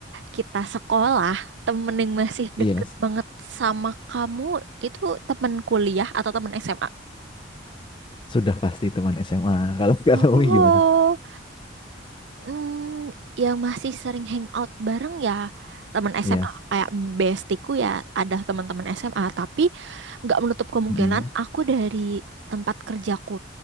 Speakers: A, on the right; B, on the left.
A: kita sekolah, temen yang masih
B: Iya,
A: deket banget sama kamu itu temen kuliah atau temen SMA?
B: Sudah pasti teman SMA. <laughs> Kalau Kak
A: Oh.
B: Naomi gimana?
A: Hmm, yang masih sering hangout bareng ya teman SMA
B: Yes.
A: kayak bestiku ya ada teman-teman SMA tapi nggak menutup kemungkinan
B: Mm.
A: aku dari tempat kerjaku